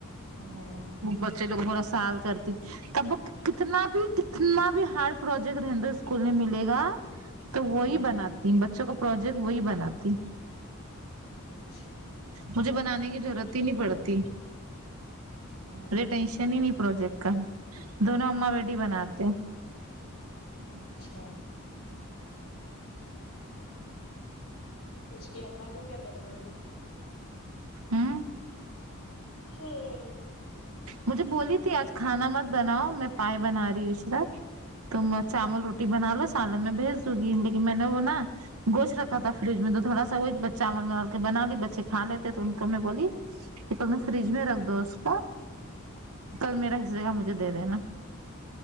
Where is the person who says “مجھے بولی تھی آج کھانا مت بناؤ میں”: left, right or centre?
Right